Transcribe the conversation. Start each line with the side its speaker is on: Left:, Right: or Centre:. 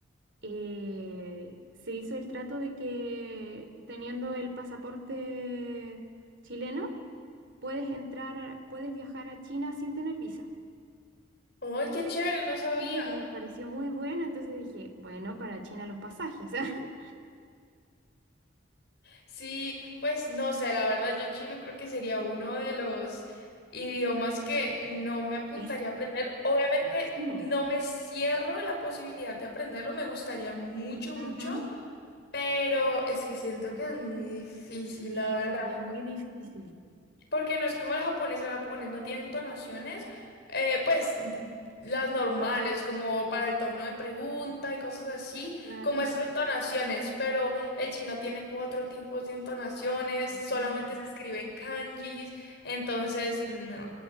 Right: eh, se hizo el trato de que teniendo el pasaporte chileno, puedes entrar, puedes viajar a China sin tener visa.
Left: Ujú. ¡Ay, qué chévere! No sabía.
Right: Y me pareció muy bueno, entonces dije, bueno, para China los pasajes. <laughs>
Left: Sí, pues no sé, la verdad yo chino creo que sería uno de los idiomas que no me apuntaría
Right: Es
Left: a aprender. Obviamente
Right: chino.
Left: no me cierro la posibilidad de aprenderlo, me gustaría mucho, mucho,
Right: Ujú,
Left: pero es que siento que es muy difícil,
Right: Sí,
Left: la verdad.
Right: se ve muy... Sí.
Left: Porque no es como el japonés, el japonés no tiene entonaciones, eh, pues d- las normales, como para el tono de pregunta y cosas así,
Right: Claro.
Left: como esas entonaciones, pero el chino tiene cuatro tipos de entonaciones,
Right: Sí.
Left: solamente se escribe en kanjis, entonces no.